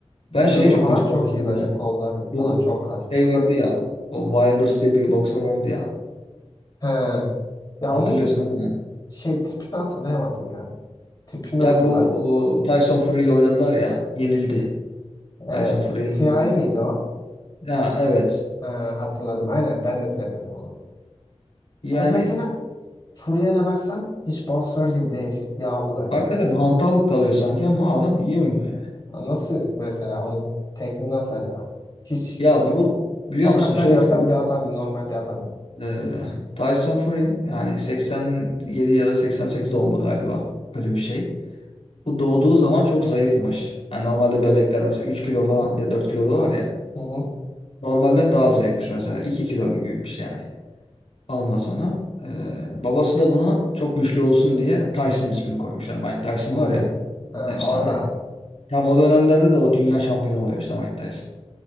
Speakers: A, on the left; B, on the left.
A: Ben
B: Vücudu
A: şeye çok
B: falan
A: gıcık
B: çok
A: oluyorum
B: iyi böyle
A: ya.
B: kolları falan
A: Bu
B: çok kaslı.
A: şey vardı ya. O Wilders diye bir boksör vardı ya.
B: He. Ya
A: Hatırlıyorsun
B: onun
A: değil mi?
B: şey tipini hatırlayamadım ya. Tipi
A: Ya
B: nasıldı?
A: bu o, Tyson Fury ile oynadılar ya. Yenildi.
B: Ee,
A: Tyson Fury'ye
B: siyahi
A: yenildi.
B: miydi o?
A: Ya evet.
B: Ee, hatırladım aynen ben de sevmiyordum onu.
A: Yani
B: Abi mesela Fury'e de baksan hiç boksör gibi değil. Yağlı böyle.
A: hakikaten hantal kalıyor sanki ama adam iyi oynuyor yani.
B: Ya Nasıl mesela onun tekniği nasıl acaba? Hiç
A: Ya bu biliyor
B: sokaktan
A: musun şöyle
B: görsen
A: bu
B: bir adam normal bir adam. gibi.
A: e, Tyson Fury yani 87 ya da 88 doğumlu galiba. Öyle bir şey. Bu doğduğu zaman çok zayıfmış. Yani normalde bebekler mesela 3 kilo falan ya 4 kilo da var ya.
B: Hı hı.
A: Normalden daha zayıfmış mesela. 2 kilo gibiymiş yani. Ondan sonra eee, babası da buna çok güçlü olsun diye Tyson ismini koymuş. Yani Mike Tyson
B: Hmm.
A: var ya
B: Ha,
A: efsane.
B: oradan.
A: Tam o dönemlerde de o dünya şampiyonu oluyor işte Mike Tyson.